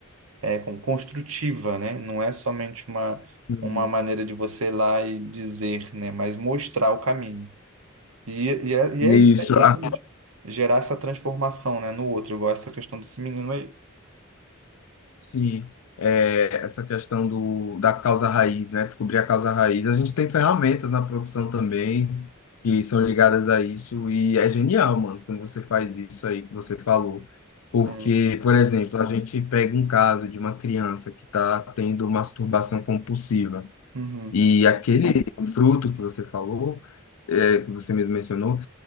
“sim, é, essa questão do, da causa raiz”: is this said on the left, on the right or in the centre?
Left